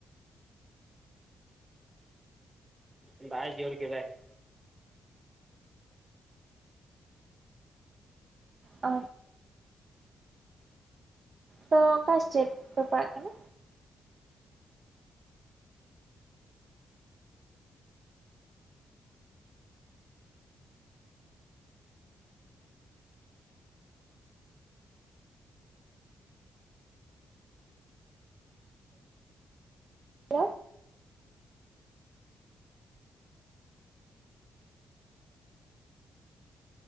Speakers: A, on the right (about 25°); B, on the right (about 50°).
A: ᱦᱸ ᱫᱟᱭ ᱡᱮ ᱠᱮᱫᱮᱫ <inaudible>
B: ᱟ ᱛᱚ ᱚᱠᱟ ᱥᱴᱮᱴ ᱯᱮ ᱯᱟᱲᱟᱜ ᱠᱟᱱᱟ? Hello,